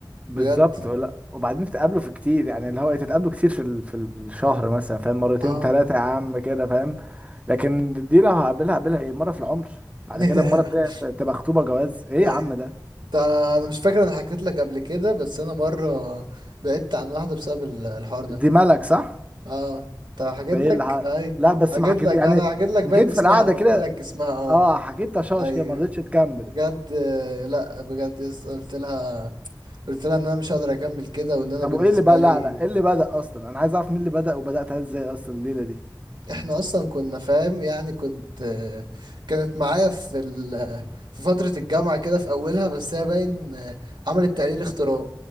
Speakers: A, on the right; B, on the right.
A: بالظبط
B: بجد
A: لا وبعدين تتقابلوا في كتير يعني اللي هو إيه، تتقابلوا كتير في ال... في الشهر مثلا فاهم مرتين
B: اه
A: ثلاثة يا عم كده فاهم لكن دي لو هقابلها هقابلها ايه مرة في العمر بعد
B: <laughs>
A: كده المرة التانية ت- تبقى خطوبة جواز ايه
B: ايوه
A: يا عم ده
B: تا- انا مش فاكر انا حكيت لك قبل كده بس انا مره بعدت عن واحده بسبب ال- الحوار ده
A: دي ملك صح
B: اه انت حكيت
A: ده ايه
B: لك
A: اللي ه...
B: ايوه
A: لا بس
B: حكيت
A: ما حكيت
B: لك
A: يعني
B: انا حكيت لك باين
A: حكيت
B: اسمها
A: في القعدة
B: قلت
A: كده
B: لك اسمها اه
A: اه حكيت تشاش
B: ايوه
A: كده ما رضيتش تكمل
B: بجد آه، لا بجد يس قلت لها قلت لها ان انا مش هقدر اكمل كده وان انا
A: طب
B: بالنسبه
A: وايه اللي بدأ لا
B: لي
A: لا ايه اللي بدأ اصلا انا عايز اعرف مين اللي بدأ وبدأتها ازاي اصلا الليلة دي
B: احنا اصلا كنا فاهم يعني كنت آه، كانت معايا في ال... في فتره الجامعه كده في اولها بس هي باين آه، عملت تقليل اغتراب